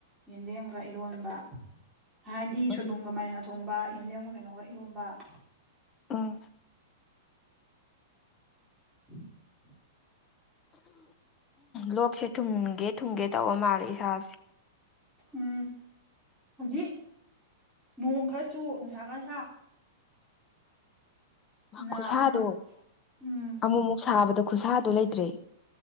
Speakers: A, in the centre; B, on the left.
A: ꯌꯦꯟꯗꯦꯝꯒ ꯏꯔꯣꯟꯕ ꯍꯥꯏꯗꯤ
B: ꯎꯝ
A: ꯁꯣꯏꯕꯨꯝꯒ ꯃꯥꯏꯒ ꯊꯣꯡꯕ ꯌꯦꯟꯗꯦꯝꯒ ꯀꯩꯅꯣꯒ ꯏꯔꯣꯟꯕ ꯎꯝ
B: ꯎꯝ
A: <inaudible>
B: ꯂꯣꯛꯁꯦ ꯊꯨꯡꯒꯦ ꯊꯨꯡꯒꯦ ꯇꯧꯑ ꯃꯥꯜꯂꯦ ꯏꯁꯥꯁꯦ
A: ꯎꯝ ꯍꯧꯖꯤꯛ ꯅꯣꯡ ꯈꯔꯆꯨ ꯅꯨꯡꯁꯥ ꯈꯔ ꯁꯥ ꯅꯥꯕꯅ
B: ꯈꯨꯠꯁꯥꯗꯣ
A: ꯌꯥꯝꯅ ꯎꯝ
B: ꯑꯃꯨꯛ ꯑꯃꯨꯛ ꯁꯥꯕꯗ ꯈꯨꯠꯁꯥꯗꯣ ꯂꯩꯇ꯭ꯔꯦ